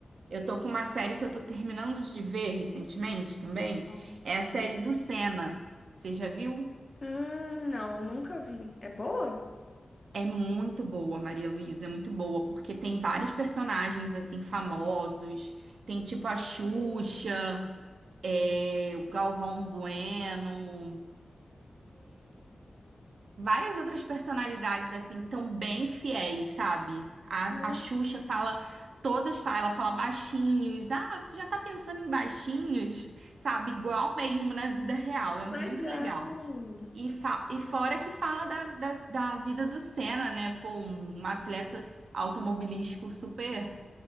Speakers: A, on the right; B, on the left.
A: Eu tô com uma série que eu tô terminando de ver recentemente também.
B: Não.
A: É a série do Senna. Você já viu?
B: Hum, não, nunca vi. É boa?
A: É muito boa, Maria Luísa, é muito boa, porque tem vários personagens assim famosos. Tem tipo a Xuxa,
B: Sei.
A: é, o Galvão Bueno. várias outras personalidades assim tão bem fiéis, sabe? A,
B: Nossa,
A: a Xuxa fala, todas falam, ela fala baixinhos. Ah, você já tá pensando em baixinhos, sabe? Igual mesmo na vida real, é muito
B: Legal.
A: legal. E, fa-
B: Legal.
A: e fora que fala da, da, da vida do Senna, né? Pô, um atleta automobilístico super,